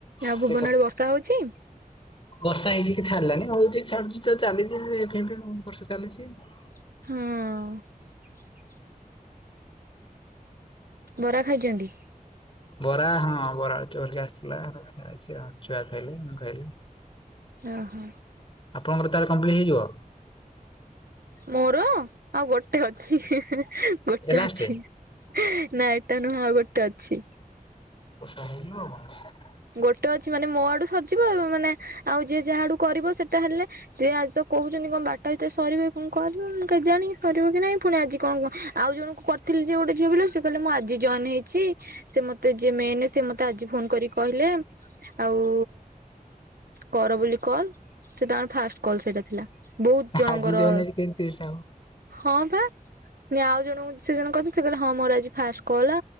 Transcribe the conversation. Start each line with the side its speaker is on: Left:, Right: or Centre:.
Right: ଆଉ
Left: ଏତେ
Right: ଭୁବନରେ
Left: କଥା
Right: ବର୍ଷା ହଉଛି?
Left: ବର୍ଷା ହେଇକି ଛାଡ଼ି ଲାଣି ହଉଛି ଛାଡ଼ୁଛି ତ ଚାଲିଛି <unintelligible> ବର୍ଷା ଚାଲିଛି ଆଉ।
Right: ହୁଁ। ବରା ଖାଇଛନ୍ତି।
Left: ବରା ହଁ ବରା ଆଳୁଚପ୍ ଆଜି ଆସିଥିଲା ଖାଇଛି ଆଉ ଛୁଆ ଖାଇଲେ ମୁଁ ଖାଇଲି।
Right: ଓ ହୋ।
Left: ଆପଣଙ୍କର ତାହେଲେ କମ୍ପଲିଟ ହେଇଯିବ।
Right: ମୋର ଆଉ ଗୋଟେ ଅଛି ଗୋଟେ
Left: ଏଇଟା ଲାଷ୍ଟ?
Right: ଅଛି। ନା ଏଟା ନୁହେଁ ଆଉ ଗୋଟେ ଅଛି।
Left: <unintelligible>
Right: ଗୋଟେ ଅଛି ମାନେ ମୋ ଆଡ଼ୁ ସରିଜିବ ମାନେ ଆଉ ଯିଏ ଯାହାଆଡ଼ୁ କରିବ ସେଟା ହେଲେ। ସିଏ ଆଜି ତ କହୁଛନ୍ତି କଣ ବାରଟା ଭିତରେ ସରିବ କଣ କରିବ କେ ଜାଣିକି ସରିବ କି ନାଇଁ ପୁଣି ଆଜି କଣ ଆଉ ଜଣକୁ କରିଥିଲି ଯେ ଗୋଟେ ଝିଅ ପିଲାକୁ ସେ କହିଲେ ମୁଁ ଆଜି ଜଏନ ହେଇଛି ସେ ମତେ ଜିଏ ମେନେ ସେ ମତେ ଆଜି ଫୋନ କରିକି କହିଲା ଆଉ କର ବୋଲି କଲ ସେଇଟା ମୋର ଫାଷ୍ଟ କଲ ସେଇଟା ଥିଲା। ବହୁତ ଜଣଙ୍କର
Left: ଆଜି ଯୋଉନ କେମିତି ତିରିଶ ଟା ହବ
Right: ହଁ ପା। ଯେ ଆଉ ଜଣଙ୍କୁ ସେ ଜଣକ ଅଛି ସେ କହିଲା ହଁ ମୋର ଆଜି ଫାଷ୍ଟ କଲା